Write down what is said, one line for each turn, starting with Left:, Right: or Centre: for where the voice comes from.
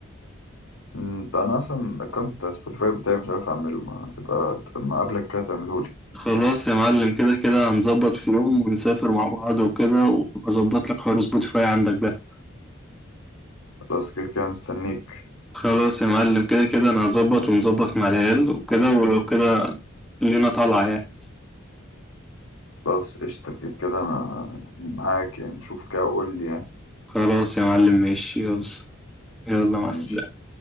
Left: مم، ده انا اصلا اكونت سبوتيفاي بتاعي مش عارف اعمله ما تبقى ما قبلك كده تعملهولي
Centre: خلاص يا معلم كده كده هنظبط في يوم ونسافر مع بعض وكده وأظبط لك حوار سبوتيفاي عندك ده
Left: خلاص كده كده مستنيك
Centre: خلاص يا معلم كده كده أنا هظبط ونظبط مع العيال وكده ولو كده لينا طالعة يعني
Left: خلاص قشطة كده كده ما يعني معاك يعني شوف كده وقول لي يعني
Centre: خلاص يا معلم ماشي يلا يلا مع
Left: ماشي
Centre: السلامة